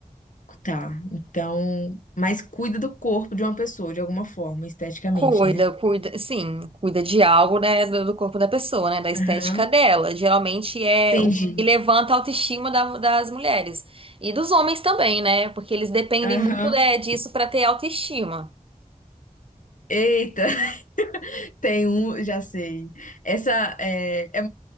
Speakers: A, on the left; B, on the right.
A: Tá. Então. Mas cuida do corpo de uma pessoa, de alguma forma, esteticamente,
B: Cuida,
A: né?
B: cuida, sim, cuida de algo, né, do, do corpo da pessoa, né, da estética
A: Aham.
B: dela. Geralmente é
A: Entendi.
B: o que levanta a autoestima da- das mulheres e dos homens também, né, porque eles dependem
A: Aham.
B: muito, né, disso para ter autoestima.
A: Eita, <laughs> tem um, já sei. Essa é, é,